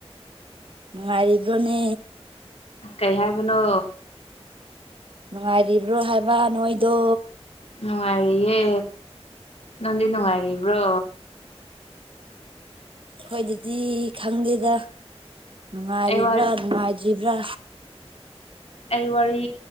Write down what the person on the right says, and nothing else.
ꯅꯨꯉꯥꯏꯔꯤꯕ꯭ꯔꯣꯅꯦ
ꯅꯨꯡꯉꯥꯏꯔꯤꯕ꯭ꯔꯣ ꯍꯥꯏꯕ ꯅꯣꯏꯗꯣ
ꯈꯣꯏꯗꯗꯤ ꯈꯪꯗꯦꯗ ꯅꯨꯡꯉꯥꯏꯔꯤꯕ꯭ꯔꯥ
ꯅꯨꯡꯉꯥꯏꯗ꯭ꯔꯤꯕ꯭ꯔꯥ